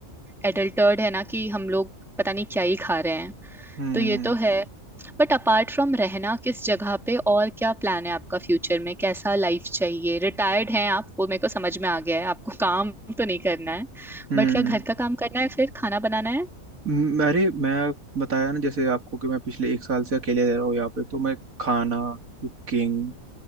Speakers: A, in the centre; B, on the right.
A: एडल्टर्ड है ना कि हम लोग पता नहीं क्या ही खा रहे हैं
B: हम्म
A: तो ये तो है बट अपार्ट फ्रॉम रहना किस जगह पे और क्या प्लान है आपका फ्यूचर में कैसा लाइफ चाहिए रिटायर्ड हैं आप वो मेरे को समझ में आ गया है आपको काम तो नहीं करना है
B: हम्म
A: बट क्या घर का काम करना है फिर खाना बनाना है
B: म- अरे मैं बताया ना जैसे आपको कि मैं पिछले एक साल से अकेले रह रहा हूँ यहाँ पे तो मैं खाना कुकिंग